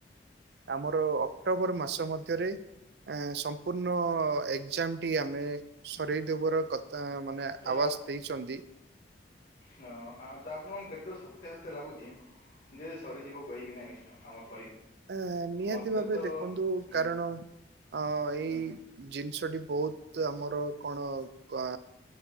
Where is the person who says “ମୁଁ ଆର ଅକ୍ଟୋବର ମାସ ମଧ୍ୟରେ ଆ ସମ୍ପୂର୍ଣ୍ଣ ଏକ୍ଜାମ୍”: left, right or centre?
Right